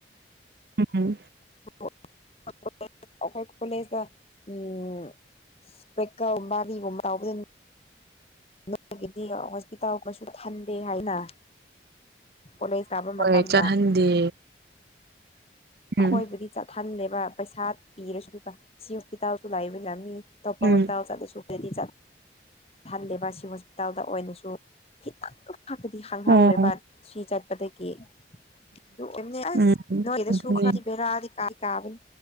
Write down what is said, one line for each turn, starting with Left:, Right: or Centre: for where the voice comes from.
Right: ꯎꯝ
Left: <inaudible> ꯑꯩꯈꯣꯏ ꯀꯣꯂꯦꯖꯇ ꯎꯝ ꯄ꯭ꯔꯥꯛꯇꯤꯀ‌ꯦꯜ ꯃꯔꯤꯒꯨꯝꯕ ꯇꯧꯕꯗ ꯅꯒꯤꯗꯤ ꯍꯣꯁꯄꯤꯇꯥꯜꯒꯥꯁꯨ ꯊꯟꯗꯦ ꯍꯥꯏꯅ ꯀꯣꯂꯦꯖ ꯀꯥꯕ
Right: ꯍꯣꯏ
Left: ꯃꯇꯝꯗ
Right: ꯆꯥꯍꯟꯗꯦ ꯎꯝ
Left: ꯑꯈꯣꯏꯕꯨꯗꯤ ꯆꯍꯜꯂꯦꯕ ꯄꯩꯁꯥ ꯄꯤꯔꯁꯨ ꯑꯗꯨꯒ ꯁꯤ ꯍꯣꯁꯄꯤꯇꯥꯜꯁꯨ ꯂꯩꯕꯗ ꯃꯤ ꯑꯇꯣꯞꯄ
Right: ꯎꯝ
Left: ꯍꯣꯁꯄꯤꯇꯥꯜ ꯆꯠꯂꯁꯨ ꯗꯤꯂꯤ ꯆꯠ ꯊꯜꯂꯦꯕ ꯁꯤ ꯍꯣꯁꯄꯤꯇꯥꯜꯗ ꯑꯣꯏꯅꯁꯨ ꯈꯤꯇꯪ ꯈꯛꯇꯗꯤ ꯈꯪꯍꯧꯋꯦꯕ
Right: ꯑꯣ
Left: ꯁꯤ ꯆꯠꯄꯗ ꯒꯤ ꯑꯗꯨ ꯑꯣꯏꯕꯅ‌ꯦ ꯑꯁ
Right: ꯎꯝ
Left: ꯅ‌ꯣꯏꯗꯁꯨ
Right: ꯑꯗꯨꯅꯦ
Left: ꯈꯔꯥ ꯕ‌ꯦꯔ ꯇꯗꯤ ꯇꯕꯅ‌ꯦ